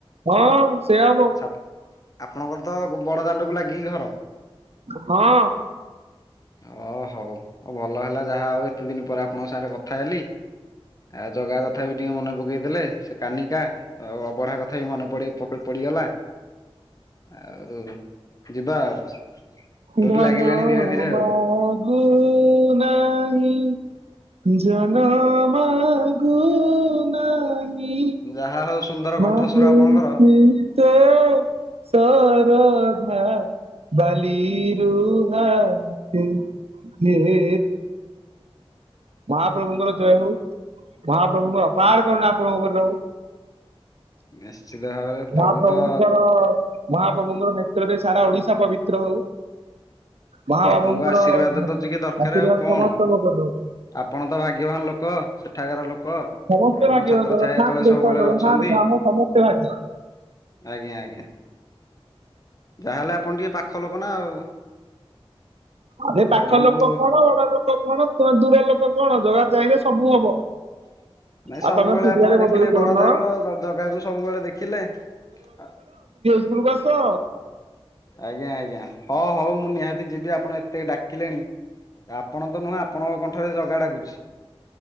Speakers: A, on the right (about 85°); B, on the left (about 35°).
A: ହଁ ସେ ହବ
B: ଛା ଆପଣଙ୍କର ତ ବଡ଼ ଦାଣ୍ଡକୁ ଲାଗିକି ଘର।
A: ହଁ
B: <unintelligible> ଓ ହଉ ଭଲ ହେଲା ଯାହା ହଉ ଏତେ ଦିନ ପରେ ଆପଣଙ୍କ ସାଙ୍ଗରେ କଥା ହେଲି। ଆଉ ଜଗା କଥା ବି ଟିକେ ମନେ ପକେଇଥିଲେ ସେ କାନିକା ଆଉ ଅବଢା କଥା ବି ମନେ ପଡ ପଡିଗଲା। ଆଉ ଯିବା ଆଉ। ଡୋରି
A: ଭଲ
B: ଲାଗିଲାଣି ଧୀରେ ଧୀରେ
A: ବଘ
B: ଆଉ।
A: ନାହିଁ। ଜନ ମାଗୁ ନା ହି
B: ଯାହା ହଉ ସୁନ୍ଦର କଣ୍ଠସ୍ୱର
A: ଭାବୁଛି
B: ଆପଣଙ୍କର।
A: ତୋ ସରଧା ବାଲି ରୁ ହାସି। ହେ ମହାପ୍ରଭୁଙ୍କର ଜୟ ହଉ। ମହାପ୍ରଭୁଙ୍କର ଅପାର କରୁଣା ଆପଣଙ୍କ ଉପରେ ରହୁ।
B: ନିଶ୍ଚିତ ଭାବରେ ପ୍ରଭୁ
A: ମହାପ୍ରଭୁଙ୍କର
B: ତ
A: ମହାପ୍ରଭୁଙ୍କର ନେତ୍ରରେ ସାରା ଓଡିଶା ପବିତ୍ର ହଉ। ମହା
B: ପ୍ରଭୁଙ୍କ
A: ପ୍ରଭୁଙ୍କର
B: ଆଶୀର୍ବାଦ
A: ଆଶୀର୍ବାଦ
B: ତ ଟିକେ ଦରକାର ଆଉ କଣ।
A: ସମସ୍ତଙ୍କ ଉପରେ ରହୁ।
B: ଆପଣ ତ ଭାଗ୍ୟବାନ ଲୋକ ସେଠାକାର ଲୋକ।
A: ସମସ୍ତେ
B: ପ୍ରଭୁଙ୍କ
A: ଭାଗ୍ୟବାନ
B: ଛାତ୍ର
A: ଲୋକ
B: ଛାୟା
A: ଥାନ୍ତୁ
B: ତଳେ
A: ଦେଶ
B: ସବୁବେଳେ
A: ଜଗନ୍ନାଥ
B: ଅଛନ୍ତି
A: ଧାମ ସମସ୍ତେ ଭାଗ୍ୟବାନ।
B: ଆଜ୍ଞା ଆଜ୍ଞା। ଯାହାହେଲେ ଆପଣ ଟିକେ ପାଖ ଲୋକ ନା ଆଉ।
A: ଆରେ ପାଖ
B: ପ୍ରଭୁଙ୍କୁ
A: ଲୋକ କଣ ଓଡା ଲୋକ କଣ ଦୂର ଲୋକ କଣ ଜଗା ଚାହିଁଲେ ସବୁ ହବ?
B: <unintelligible> ନାଇଁ
A: ଆଉ
B: ସବୁବେଳେ
A: ତମେ ପୁରିଆରେ
B: ଆପଣ
A: ବଦଳି
B: ଦେଖିଲେ
A: କରୁନ
B: ବଡ ଦେଉଳ
A: ଆଉ
B: ଜଗାକୁ ସବୁବେଳେ ଦେଖିଲେ ଆ
A: ଭୂବସ।
B: ଆଜ୍ଞା ଆଜ୍ଞା ହଁ ହଉ ମୁଁ ନିହାତି ଯିବି ଆପଣ ଏତେ ଡାକିଲେଣି। ଆପଣ ତ ନୁହେଁ ଆପଣଙ୍କ କଣ୍ଠରେ ଜଗା ଡାକୁଛି।